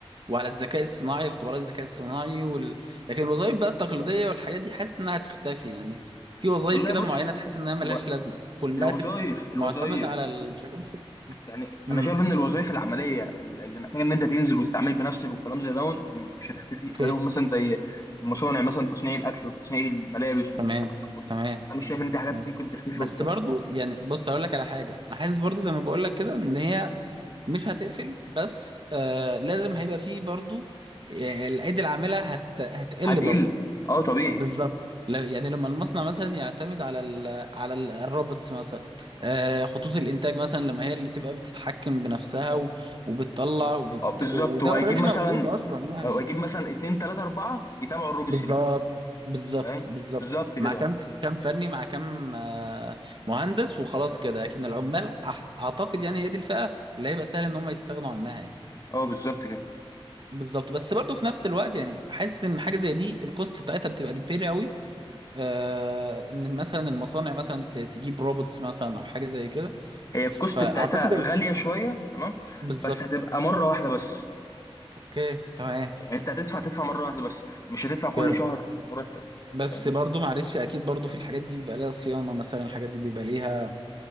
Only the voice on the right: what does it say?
وعلى الذكاء الصناعي الخبراء الذكاء الصناعي وال... لكن الوظائف بقى التقليدية والحاجات دي حاسس انها هتختفي يعني في وظائف
كده
معينة تحس انها ملهاش
لازمة كلها
تبقى
معتمدة على الذكاء الصناعي
امم
اوكي
تمام
تمام
تمام.
بس
برضو يعني بص هقول لك على حاجة انا حاسس برضو زي ما بقول لك كده ان هي مش هتقفل بس آه لازم هيبقى فيه برضو آه، الايدي العاملة هت... هتقل
برضو
بالظبط ل- يعني لما المصنع مثلا يعتمد على ال على ال- الروبوتس مثلا آه، خطوط الانتاج مثلا لما هي اللي تبقى بتتحكم بنفسها و- وبتطلع وبت...
وده
اوريدي
موجود اصلا يعني
بالظبط
بالظبط
بالظبط
مع كام
كام فني مع كام آه، مهندس وخلاص كده لكن العمال أح- اعتقد يعني هي دي الفئة اللي هيبقى سهل ان هم يستغنوا عنها يعني.
بالظبط بس برضه في نفس الوقت يعني حاسس ان حاجه زي دي الكوست بتاعتها بتبقى كبيره قوي آه، ان مثلا المصانع مثلا ت- تجيب روبوتس مثلا او حاجه زي كده
فاعتقد
ال-
بالظبط
اوكي تمام
اوكي
بس
برضو معلش اكيد برضو في الحاجات دي بيبقى لها صيانه مثلا الحاجات دي بيبقى ليها